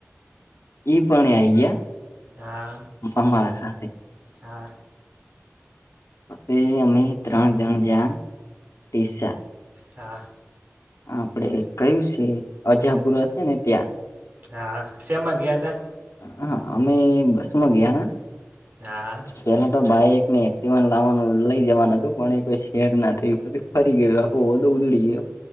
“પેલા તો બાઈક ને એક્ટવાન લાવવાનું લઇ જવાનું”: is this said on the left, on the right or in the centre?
Left